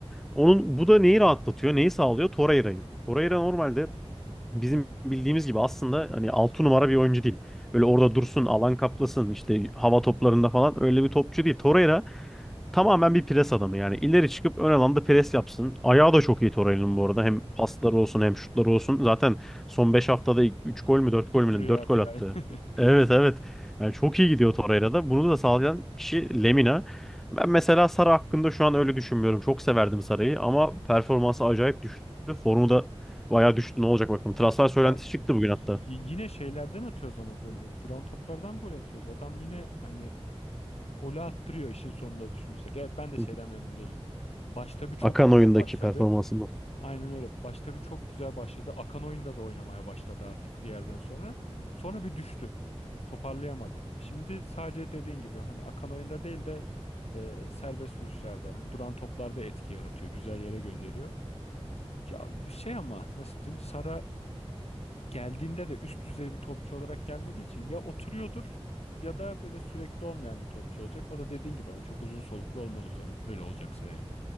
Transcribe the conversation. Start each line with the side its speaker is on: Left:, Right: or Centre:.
Centre: Onun bu da neyi rahatlatıyor, neyi sağlıyor? Torreira'yı. Torreira
Left: Aynen
Centre: normalde
Left: öyle.
Centre: bizim bildiğimiz gibi aslında hani 6 numara bir oyuncu değil. Böyle orada dursun, alan kaplasın, işte hava toplarında falan öyle bir topçu değil. Torreira Tamamen bir pres adamı yani. ileri çıkıp ön alanda pres yapsın. Ayağı da çok iyi Torreira'nın bu arada.
Left: Yıpra-
Centre: Hem pasları olsun hem şutları olsun. Zaten son 5 haftada 3 gol mü 4
Left: Tutturuyor
Centre: gol mü 4
Left: artık
Centre: gol attı.
Left: aynen. <laughs>
Centre: Evet evet. Yani çok iyi gidiyor Torreira'da. Bunu da sağlayan kişi Lemina. Ben mesela Sara hakkında şu an öyle düşünmüyorum. Çok severdim Sara'yı ama performansı acayip düştü. Formu da bayağı düştü. Ne olacak bakalım. Transfer söylentisi
Left: Ya y-
Centre: çıktı
Left: y-
Centre: bugün hatta.
Left: y- yine şeylerden atıyoruz ama golleri. Duran toplardan gol atıyoruz. Adam yine hani golü attırıyor işin sonunda düşünürsek. Evet ben de şeyden
Centre: <laughs>
Left: memnun değilim. Başta bir çok
Centre: Akan
Left: güzel
Centre: oyundaki
Left: başladı.
Centre: performansından.
Left: Aynen öyle. Başta bir çok güzel başladı. Akan oyunda da oynamaya başladı artık bir yerden sonra. Sonra bir düştü. Toparlayamadı. Şimdi sadece dediğin gibi hani akan oyunda değil de e, serbest vuruşlarda, hani duran toplarda etki yaratıyor. Güzel yere gönderiyor. Ya şey ama nasıl diyeyim? Sara geldiğinde de üst düzey bir topçu olarak gelmediği için ya oturuyordur ya da böyle sürekli olmayan bir topçu olacak. O da dediğin gibi ama çok uzun soluklu olmaz o zaman. Öyle olacaksa yani.